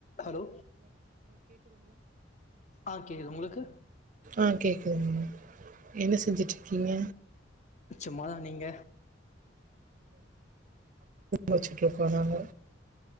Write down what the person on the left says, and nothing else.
Hello ஆ கேக்குது உங்களுக்கு
சும்மாதா, நீங்க?